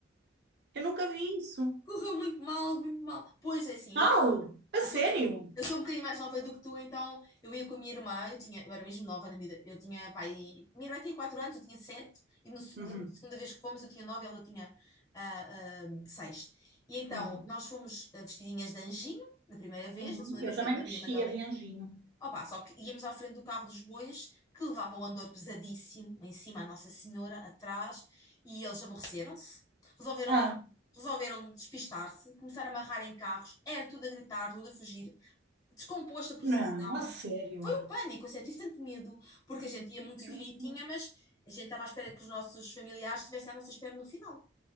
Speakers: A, on the right; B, on the left.
A: Eu nunca vi isso.
B: Correu muito mal, muito mal. Pois é, assim,
A: Mal?
B: eu,
A: A
B: eu sou,
A: sério?
B: um- eu sou um bocadinho mais nova do que tu, então eu ia com a minha irmã, eu tinha, eu era mesmo nova na miúda, eu tinha, pai, minha irmã tinha 4 anos, eu tinha 7. e no se-
A: Uhum,
B: da segunda vez que fomos eu tinha 9, ela tinha ah, ah, 6. E então
A: uhum,
B: nós fomos ah, vestidinhas de anjinho, da primeira vez,
A: uhum.
B: da segunda vez
A: Eu também
B: foi de Maria
A: mexia
B: Madalena,
A: de anjinho.
B: Opa, só que íamos à frente do carro dos bois, que levava o andor pesadíssimo, em cima a Nossa Senhora, atrás, e eles aborreceram-se, resolveram,
A: Ah,
B: resolveram despistar-se, começaram a amarrar em carros, era tudo a gritar, tudo a fugir, descomposto a procissão.
A: não, a sério.
B: Foi um pânico, assim, eu tive tanto medo, porque a gente ia muito
A: Ai, que
B: direitinha,
A: horror.
B: mas a gente estava à espera que os nossos familiares estivessem à nossa espera no final.